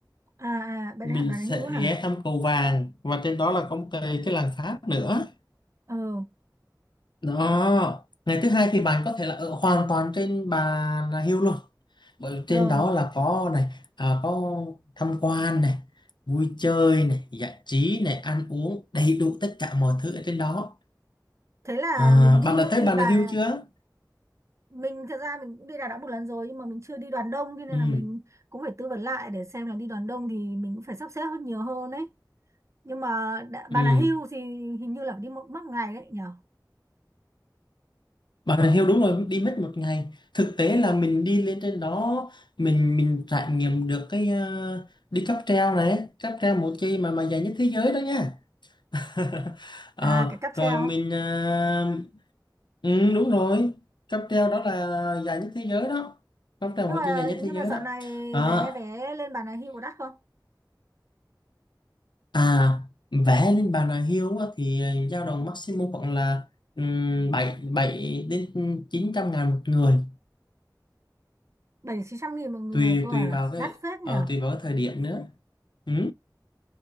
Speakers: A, on the right; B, on the left.
A: À, à, bạn,
B: mình
A: bạn
B: sẽ
A: ấy hữu hả?
B: ghé thăm cầu vàng và trên đó là có một cái, cái làng Pháp nữa
A: Ừ,
B: Đó, ngày thứ hai thì bạn có thể là ở hoàn toàn trên Bà Nà Hills luôn. Bởi trên
A: rồi.
B: đó là có này, à, có tham quan này, vui chơi này, giải trí này, ăn uống, đầy đủ tất cả mọi thứ ở trên đó.
A: Thế là
B: À,
A: mình đi
B: bạn đã tới
A: đi
B: Bà
A: Bà
B: Nà Hills chưa?
A: mình thật ra mình cũng đi Đà Nẵng một lần rồi nhưng mà mình chưa đi đoàn đông thế nên
B: Ừ,
A: là mình cũng phải tư vấn lại để xem là đi đoàn đông thì mình cũng phải sắp xếp hơn nhiều hơn đấy nhưng mà đã, Bà
B: ừ.
A: Nà Hills thì hình như là phải đi một mất một ngày đấy nhở
B: Bà Nà Hills đúng rồi, đi mất một ngày. Thực tế là mình đi lên trên đó, mình mình trải nghiệm được cái ờ, đi cáp treo này, cáp treo một chi mà mà dài nhất thế giới đó nha. <laughs> Ờ,
A: à cái cáp
B: rồi
A: treo
B: mình à, ừ, đúng rồi cáp treo đó là dài nhất thế giới đó cáp treo
A: nhưng
B: một
A: mà
B: chiếc dài nhất
A: nhưng
B: thế giới
A: mà dạo
B: đó
A: này
B: Ờ,
A: vé vé lên Bà Nà Hills có đắt không
B: à vẽ lên bàn đà hiếu á, thì dao động maximum khoảng là um, 7 7 đến chín trăm ngàn một người
A: bảy chín trăm nghìn một người
B: tùy
A: cơ
B: tùy
A: à
B: vào cái
A: đắt phết nhở
B: ờ, tùy vào cái thời điểm nữa ừ.